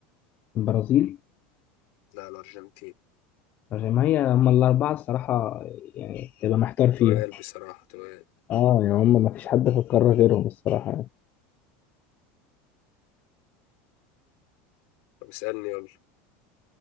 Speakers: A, on the left (about 30°); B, on the left (about 60°).
A: البرازيل
B: لا الأرجنتين
A: عشان ما هي هم الأربعة الصراحة يعني تبقى محتار فيهم
B: تقال بصراحة تقال
A: اه يعني هم ما فيش حد في القارة غيرهم الصراحة يعني
B: طب اسألني يلا